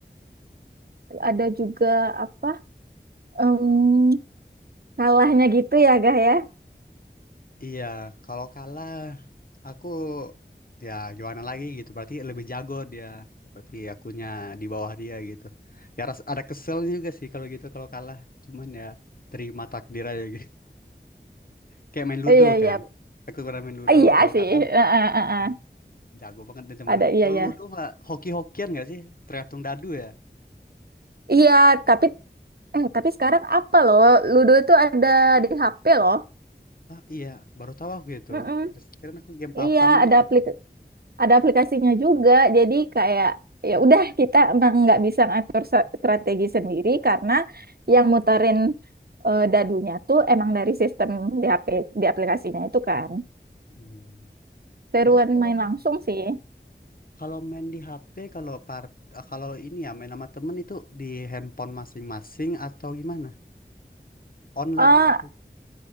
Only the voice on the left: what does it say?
Iya, kalau kalah aku ya gimana lagi gitu. Berarti lebih jago dia. Berarti akunya di bawah dia gitu. Ya ras- ada kesel juga sih kalau gitu kalau kalah. Cuman ya terima takdir aja gitu. <laughs> Kayak main ludo
kan. Aku pernah main ludo
kalau
kalah
ya jago banget nih teman.
Kalau
ludo mah hoki-hokian gak sih? Tergantung dadu ya.
Ah iya, baru tahu aku itu.
Terus Kirain aku game papan
gitu.
Iya.
Terus kalau
Kalau main di HP, kalau part, eh, kalau ini ya main sama temen itu di handphone masing-masing atau gimana? Online
ya? oke.